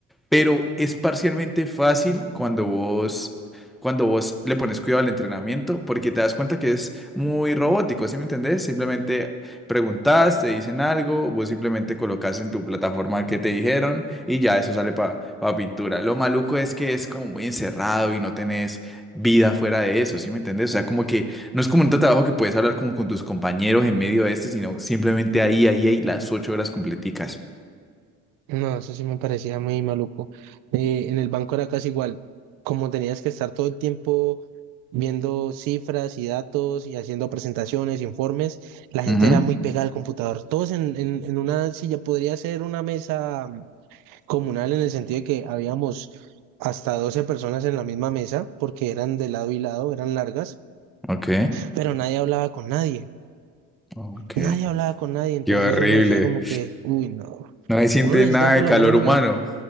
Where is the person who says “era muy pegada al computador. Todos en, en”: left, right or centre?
Right